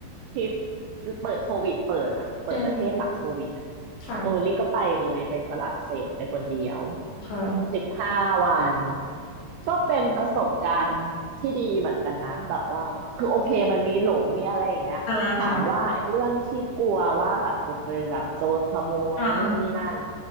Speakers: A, on the right; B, on the left.
A: ทริปเปิดโควิดเปิดอ่ะเปิดประเทศหลังโควิดอ่ะ
B: อืมค่ะ
A: โอ้ลี่ก็ไปเลยไปฝรั่งเศสไปคนเดียว
B: ค่ะ
A: สิบห้าวันก็เป็นประสบการณ์ที่ดีเหมือนกันนะแบบว่าคือโอเคมันมีหลงมีอะไรอย่างเงี้ยถามว่าไอ้เรื่องที่กลัวว่าแบบจะเจอแบบโจรขโมยนู่นนี่นั่น
B: อ่าค่ะอ่าอ่า